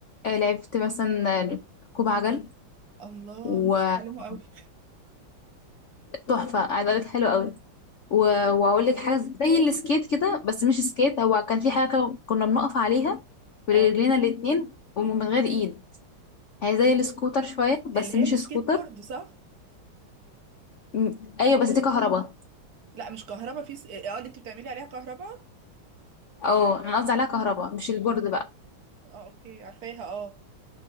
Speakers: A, on the left; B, on the right.
A: آه لعبت مثلا آه، ركوب عجل
B: الله
A: وتحفه
B: نفسي اتعلمه قوي
A: عايزه اقول لك حلو قوي و... واقول لك حاجه زي السكيت كده بس مش سكيت هو كان في حاجه كده كنا بنقف عليها برجلينا
B: اه
A: الاتنين ومن غير ايد هي زي السكوتر شويه بس
B: اللي هي
A: مش
B: السكيت
A: سكوتر
B: بورد صح
A: م- ايوه بس دي كهرباء
B: لا مش كهربا في س... اه اللي انت بتعملي عليها كهربا
A: اه انا قصدي عليها كهرباء مش البورد
B: اه
A: بقى
B: اه اوكي عارفاها اه